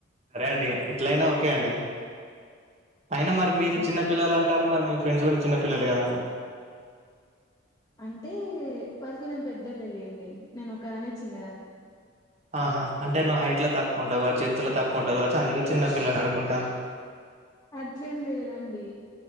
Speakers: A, on the right; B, on the left.
A: సరే అండి ఎట్లయినా ఓకే అండి అయినా మరి మీరు
B: ఓకే
A: చిన్న పిల్లలు అంటారు మరి మీ ఫ్రెండ్స్ కూడా చిన్న పిల్లలు కదాండి
B: అంటే వాళ్ళు కొంచెం పెద్దళ్లు లేండి నేను ఒకదానే చిన్నదాన్ని
A: ఆహా అంటే నువ్వు హైట్ లో తక్కుఉంటావా ఆ చేతులో తక్కువ ఉంటావ్
B: చిన్నదాన్ని
A: కవచు అందుకే చిన్న పిల్లని అనుకుంటాను
B: అట్లేం లేదండి